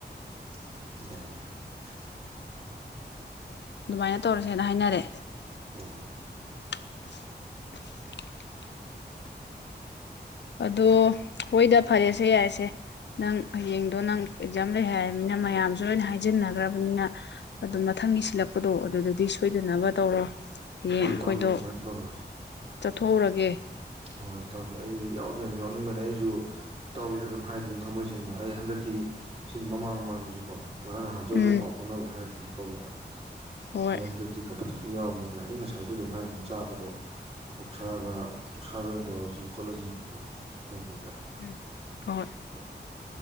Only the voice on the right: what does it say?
ꯑꯣ
ꯑ
ꯍꯣꯏ
ꯇꯧꯒꯦ ꯑꯗꯨꯃꯥꯏꯅ ꯇꯧꯔꯒꯦ
ꯍꯣꯏ ꯇꯧꯏꯦ ꯑꯩꯁꯨ ꯌꯥꯎꯗꯤ ꯌꯥꯝ ꯌꯥꯎꯅꯤꯡꯕꯅꯦ ꯑꯩꯁꯨ ꯇꯧꯋꯗ ꯑꯗꯨꯝ ꯍꯥꯏꯗꯣꯏꯅꯦ ꯊꯝꯃꯣꯏꯁꯤꯡꯅ ꯑꯩ ꯍꯟꯗꯛ ꯀꯤ ꯁꯤ ꯃꯃꯥꯡ ꯃꯃꯥꯡ ꯖꯨꯒꯣ ꯉꯔꯥꯡ ꯅꯍꯥꯟꯁꯨ
ꯑꯗꯨꯝ ꯄꯥꯎ ꯐꯥꯎꯅꯕꯗ ꯍꯥꯏꯔꯁꯤꯅꯤ ꯊꯣꯛꯗ
ꯑꯦ ꯍꯟ ꯆꯤ ꯀꯄ ꯌꯥꯎꯒꯦꯅ ꯑꯩ ꯉꯁꯥꯏꯁꯨ ꯑꯗꯨꯝ ꯍꯥꯏꯔꯤꯅꯤ ꯆꯥꯕꯗꯣ ꯑꯣꯛꯁꯥꯒ ꯎꯁꯥꯗꯣꯏ ꯑꯣꯏꯅ ꯇꯧꯔꯁꯤ ꯈꯣꯠꯂꯁꯤꯅꯁꯨ ꯇꯧꯕꯤꯗ
ꯑꯗꯣ